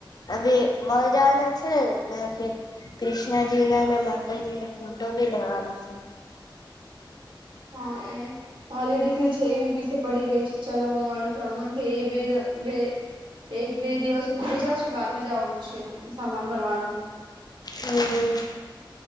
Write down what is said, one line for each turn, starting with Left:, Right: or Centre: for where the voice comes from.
Left: અભી મલ જવાના છે કૃષ્ણજી ના અને માતાજી ના ફોટો ભી લેવાના હા સર
Right: હા એ મારી દીકરી છે એ બી પીછે પડી ગઈ છે ચલોલ મણ કે એ બે બે એક બે દિવસ રોકી જ છે બાદમાં જવાનું છે સામાન ભરવાનું
Left: હમ